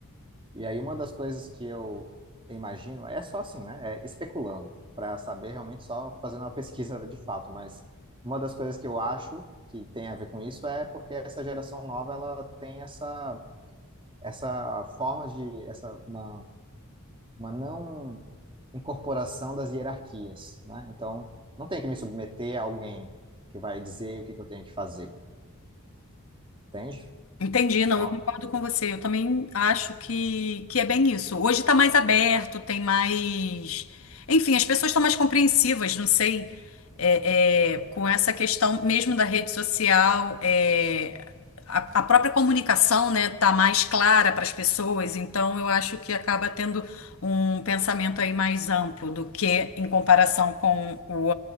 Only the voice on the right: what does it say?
E aí uma das coisas que eu imagino é só assim, né? É especulando, para saber realmente só fazendo uma pesquisa de fato, mas uma das coisas que eu acho que tem a ver com isso é porque essa geração nova ela tem essa essa forma de essa uma uma não incorporação das hierarquias, né? Então, não tem que me submeter a alguém que vai dizer o que que eu tenho que fazer, entende?
Então,